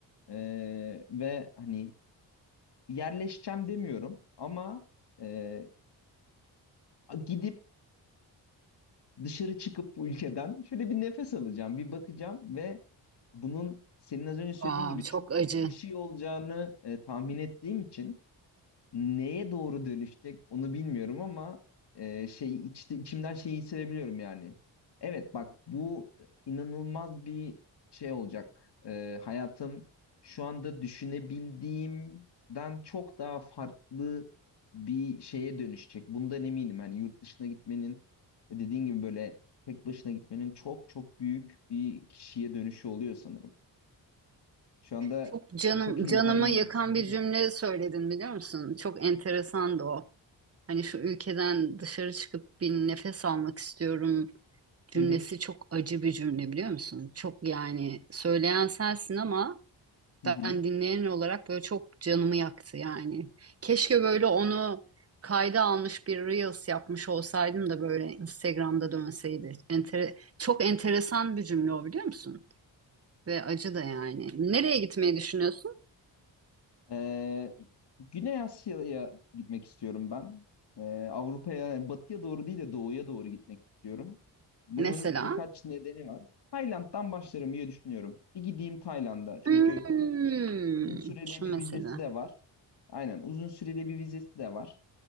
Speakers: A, on the left (about 55°); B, on the right (about 30°).
A: eee, ve hani yerleşeceğim demiyorum ama eee, gidip dışarı çıkıp bu ülkeden şöyle bir nefes alacağım, bir bakacağım ve bunun senin az önce söylediğin
B: Wow,
A: gibi
B: çok
A: çok
B: acı.
A: büyük bir şey olacağını e, tahmin ettiğim için neye doğru dönüşecek onu bilmiyorum ama e, şey içte içimden şeyi hissedebiliyorum yani. Evet bak bu inanılmaz bir şey olacak. E, hayatım şu anda düşünebildiğimden çok daha farklı bir şeye dönüşecek. Bundan eminim. Hani yurt dışına gitmenin ve dediğin gibi böyle tek başına gitmenin çok çok büyük bir kişiye dönüşü oluyor sanırım. Şu anda
B: Çok canım
A: e, çok heyecanlıyım.
B: canımı yakan
A: <laughs>
B: bir cümle söyledin biliyor musun? Çok enteresandı o. Hani şu ülkeden dışarı çıkıp bir nefes almak istiyorum cümlesi
A: Hı hı.
B: çok acı bir cümle biliyor musun? Çok yani söyleyen sensin ama
A: Hı
B: ben
A: hı.
B: dinleyen olarak böyle çok canımı yaktı yani. Keşke böyle onu kayda almış bir Reels yapmış olsaydım da böyle Instagram'da dönseydi. Entere- çok enteresan bir cümle o biliyor musun? Ve acı da yani. Nereye gitmeyi düşünüyorsun?
A: Ee, Güney Asya'ya gitmek istiyorum ben. Ee, Avrupa'ya, yani batıya doğru değil de doğuya doğru gitmek istiyorum. Bunun
B: Mesela.
A: birkaç nedeni var. Tayland'dan başlarım diye düşünüyorum. Bir gideyim Tayland'a. Çünkü
B: Hmm,
A: uzun süreli
B: şu
A: bir
B: mesela.
A: vizesi de var. Aynen uzun süreli bir vizesi de var.